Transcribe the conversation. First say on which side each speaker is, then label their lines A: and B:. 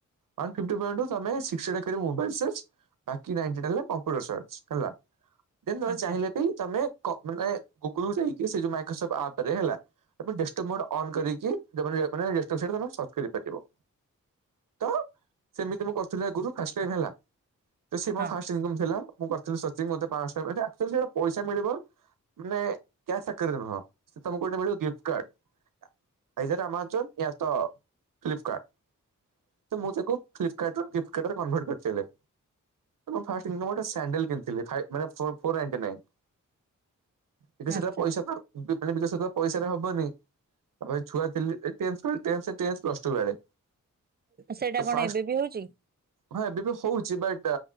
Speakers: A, on the right; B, on the right.
A: One fifty ପଏଣ୍ଟରୁ ତମେ <unintelligible> ମୋବାଇଲ୍ <unintelligible> ବାକି ନାଇଣ୍ଟି ଟା ହେଲା କମ୍ପ୍ୟୁ <unintelligible> ହେଲା, ଦେନ୍ ତମେ
B: ଆଚ୍ଛା
A: ଚାହିଁଲେ ବି <unintelligible> ଗୁଗଲ ଯାଇକି ସେ ଯୋଉ ମାଇକ୍ରୋସପ୍ଟ ଆପ ରେ ହେଲା ତା ପରେ ଡେସ୍କଟପ୍ ମୋଡ ଅନ କରିକି <unintelligible> ଡେସ୍କଟପ୍ ସାଇଡ ସର୍ଚ୍ଚ କରିପାରିବ। ତ ସେମିତି ମୁଁ କରୁଥିଲି <unintelligible> ହେଲା ତ ସେ ମୋ
B: ହଁ
A: ଫାଷ୍ଟ ଇନକମ୍ ଥିଲା ମୁଁ କରିଥିଲି ସର୍ଚିଙ୍ଗ ମତେ ପାଞ୍ଚଶହ ଟଙ୍କା <unintelligible> ପଇସା <unintelligible> ମାନେ କ୍ୟାସ୍ ଆକାରରେ ନୁହଁ ତମକୁ ଗୋଟେ ମିଳିବ ଗିଫ୍ଟ କାର୍ଡ। ଆଇ <unintelligible> ଆମାଜନ ତ ଫ୍ଲିପ କାର୍ଡ। ତ ମୁଁ ତାକୁ ଫ୍ଲିପ୍ କାର୍ଡରୁ ଗିଫ୍ଟ କାର୍ଡରେ କନଭର୍ଟ କରିଥିଲେ। ଫାଷ୍ଟ ଗୋଟେ ସାଣ୍ଡେଲ କିଣିଥିଲି <unintelligible> ମାନେ ଫୋର୍ ନାଇଣ୍ଟିଁ ନାଇନ୍। ବିକଶିତ
B: ଆଚ୍ଛା
A: ପଇସା ତ ମାନେ ବିକଶିତ ପଇସାରେ ହବନି। ତାପରେ ଛୁଆ tense tense tense plus two ବେଳେ,
B: ସେଇଟା
A: ତ
B: କଣ
A: ଫାଷ୍ଟ
B: ଏବେ ବି ହଉଛି
A: ହଁ ଏବେ ବି ହଉଛି ବଟ